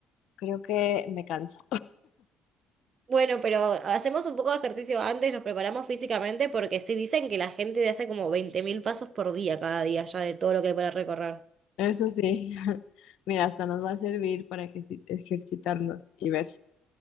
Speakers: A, on the left; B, on the right.
A: creo que me canso.
B: Bueno, pero hacemos un poco de ejercicio antes, nos preparamos físicamente porque sí dicen que la gente hace como 20.000 pasos por día cada día ya de todo lo que hay para recorrer.
A: Eso sí, <laughs> mira, hasta nos va a servir para ejerci- ejercitarnos y ver.